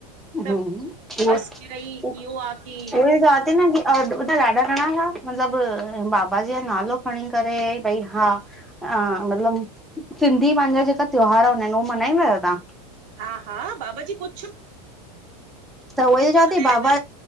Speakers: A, on the right (about 40°); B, in the centre.
A: त
B: ह उ
A: बसि मिड़ई
B: उ
A: इहो आ की
B: उहे ई चवा थी न कि ॿुधा ॾाढा जणा हुया मतिलब बाबा जी जो नालो खणी करे भई हा हा, मतलबु सिंधी पंहिंजा जेका त्योहार हूंदा आहिन उह मनाईंदा आयो तहां
A: हा हा बाबा जी खुद
B: त उहई त चवां
A: चवंदा
B: ती
A: आहिनि
B: बाबा